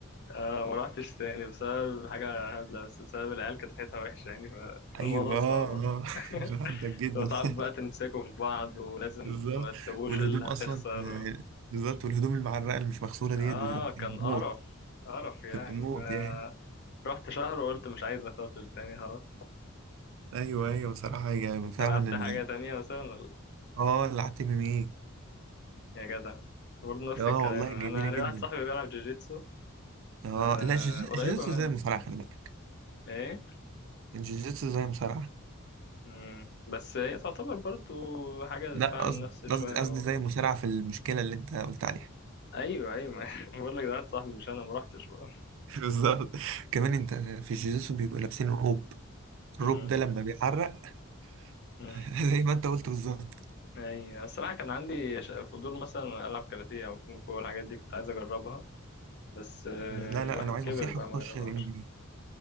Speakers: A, on the left (about 55°); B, on the right (about 65°).
A: <laughs> أه ما رحتش تاني بسبب حاجة هبلة بس بسبب العيال كانت ريحتها وحشة يعني فكان
B: <laughs> ايوه
A: الموضوع صعب
B: اه اه
A: <laughs>
B: <laughs> فهمتك جدا
A: لو تعرف
B: <laughs>
A: بقى تمسكوا في بعض ولازم
B: بالظبط
A: ت- ما تسووش
B: والهدوم
A: إلا
B: اصلا
A: هتخسر
B: آه، بالظبط والهدوم المعرقه اللي مش مغسوله ديت
A: اه
B: بتبقى
A: كان قرف
B: موت
A: قرف يعني
B: بتبقى موت
A: ف
B: يعني
A: رحت شهر وقلت مش عايز أقاتل تاني خلاص
B: ايوه ايوه بصراحه يعني
A: انت
B: فعلا
A: لعبت
B: ال...
A: حاجة تانية مثلا ولا؟
B: اه لعبت ام ام ايه
A: يا جدع برضه نفس
B: اه
A: الكلام
B: والله
A: انا
B: جميله جدا
A: ليا واحد صاحبي بيلعب جوجيتسو
B: اه
A: آه،
B: لا جوجيتسو
A: قريبه
B: جوجيتسو
A: منها
B: زي المصارعه خلي بالك
A: ايه
B: الجوجيتسو زي المصارعه
A: مم. بس هي تعتبر برضه حاجه
B: لا
A: دفاع
B: قصدي
A: عن النفس شويه
B: قصدي قصدي
A: و...
B: زي المصارعه في المشكله اللي انت قلت عليها
A: ايوه ايوه <laughs> بقول لك ده واحد صاحبي مش انا ما رحتش بقى
B: <laughs> بالظبط كمان انت في الجيزوسو بيبقوا لابسين روب
A: مم.
B: الروب ده لما بيعرق
A: مم.
B: <laughs> زي ما انت قلت بالظبط
A: اي الصراحه كان عندي ش- فضول مثلا العب كاراتيه او كونغ فو والحاجات دي كنت عايز اجربها بس آه،
B: لا لا
A: الواحد
B: لو
A: كبر
B: عايز نصيحة
A: بقى
B: خش
A: ما جربهاش
B: ام ام اي